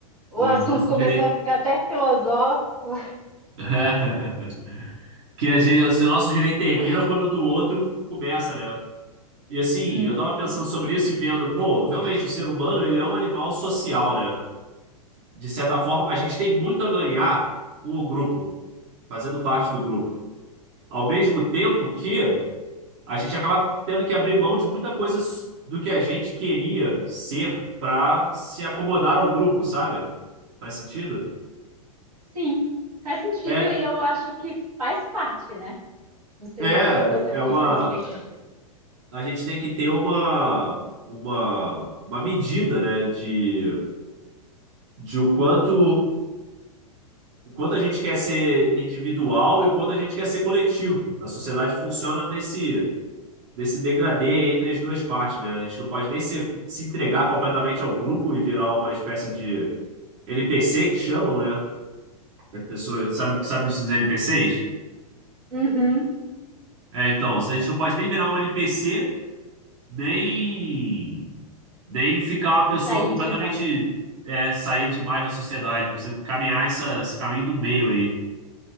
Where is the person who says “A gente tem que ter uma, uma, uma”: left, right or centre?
Right